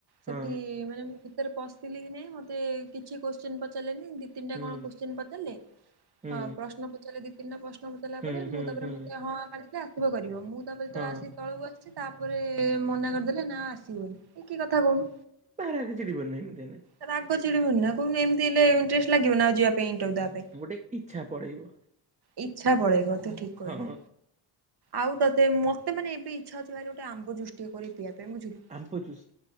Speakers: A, on the right; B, on the right.
A: ହଁ
B: ସେଠି ମାନେ ମୁଁ କି ଭିତରେ ପଶଥିଲି କି ନାଇଁ ମତେ କିଛି କୋଶ୍ଚିନ ପଚାରିଲେନି ଦି ତିନିଟା
A: ହୁଁ
B: କଣ କଶ୍ଚିନ ପଚାରଲେ
A: ହୁଁ
B: ହଁ ପ୍ରଶ୍ନ ପଚାରଲେ ଦି ତିନଟା ପ୍ରଶ୍ନ ଦେଲା
A: ହୁଁ
B: ପରେ
A: ହୁଁ
B: ମୁଁ ତାପରେ
A: ହୁଁ।
B: ମତେ ହଁ ହାଁ ମାରି ଦେଇଥିଲେ ଆସିବ କରିବ ମୁଁ ତାପରେ ଯେତେବେଳେ
A: ହଁ
B: ଆସିି ତଳକୁ ଆସିଛି ତାପରେ ମନା କରିଦେଲେ ନା ଆସିବନି। ଏ କି କଥା କହୁନୁ?
A: ପାରା କିଛି ଯବନି ଏମତିଆ ନାହିଁ।
B: ତ ରାଗ ଚିିଡିବନି ନା କହୁନୁ ଏମତି ହେଲେ ଇଣ୍ଟରେଷ୍ଟ୍ ଲାଗିବ ନା ଆଉ ଯିବା ପାଇଁ ଇଣ୍ଟରଭ୍ୟୁ ଦେବା ପାଇଁ।
A: ଗୋଟେ ଇଚ୍ଛା ପଳେଇବ।
B: ଇଚ୍ଛା ପଳେଇବ ତୁ ଠିକ୍ କହିଲୁ।
A: ହଁ।
B: ଆଉ ତତେ ମତେ ମାନେ ଏବେ ଇଚ୍ଛା ହଉଛି ଭାରି ଗୋଟେ ଆମ୍ବ ଜୁସ୍ ଟିକେ କରି ପିଇବା ପାଇଁ ବୁଝିଲୁ।
A: ଆମ୍ବ ଜୁସ୍,